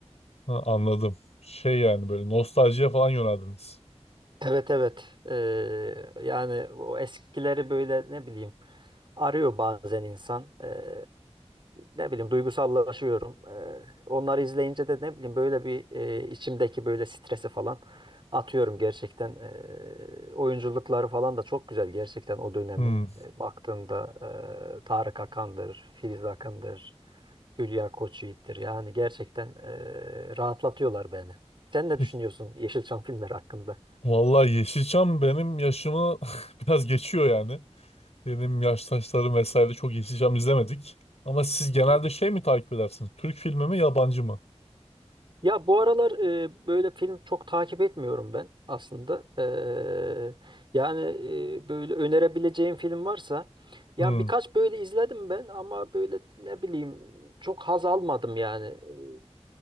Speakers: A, on the left; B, on the right.
A: Ha, anladım. Şey yani böyle nostaljiye falan yöneldiniz.
B: Evet evet Ee, yani o eskileri böyle ne bileyim arıyor bazen insan Ee, ne bileyim duygusallaşıyorum Ee, onları izleyince de ne bileyim böyle bir e, içimdeki böyle stresi falan atıyorum gerçekten Ee, oyunculukları falan da çok güzel gerçekten o dönemin
A: Hmm.
B: e, baktığımda e, Tarık Akan'dır Filiz Akın'dır Hülya Koçyiğit'tir yani gerçekten e, rahatlatıyorlar beni. Sen ne
A: Peki.
B: düşünüyorsun Yeşilçam filmleri hakkında?
A: Vallahi Yeşilçam benim yaşımı <laughs> biraz geçiyor yani. Benim yaştaşlarım vesaire çok Yeşilçam izlemedik. Ama siz genelde
B: Hı hı.
A: şey mi takip edersiniz? Türk filmi mi yabancı mı?
B: Ya bu aralar e, böyle film çok takip etmiyorum ben aslında. Eee, yani e, böyle önerebileceğim film varsa yani
A: Hmm.
B: birkaç böyle izledim ben ama böyle ne bileyim çok haz almadım yani. Eee,